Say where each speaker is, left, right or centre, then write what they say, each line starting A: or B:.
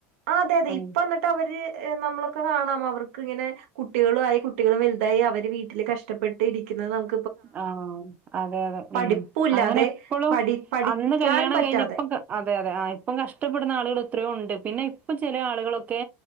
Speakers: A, on the right; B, on the right.
A: ആഹ് അതെ അതെ
B: ഉം
A: ഇപ്പൊ എന്നിട്ട് അവര് നമ്മളൊക്കെ കാണാം അവർക്ക് ഇങ്ങനെ കുട്ടികളു ആ കുട്ടികളും വലുതായി അവര് വീട്ടില് കഷ്ടപ്പെട്ട് ഇരിക്കുന്നത് നമു
B: ആ അതെ അതെ
A: പഠിപ്പുല്ലാതെ
B: ഉം അങ്ങനെ എപ്പോഴും
A: പഠി പഠിക്കാൻ
B: അന്ന് കല്യാണം
A: പറ്റാതെ
B: കഴിഞ്ഞ ഇപ്പം അതെ അതെ ആ ഇപ്പം കഷ്ടപ്പെടുന്ന ആളുകൾ ഇത്രോ ഉണ്ട് പിന്നെ ഇപ്പ ചില ആളുകളൊക്കെ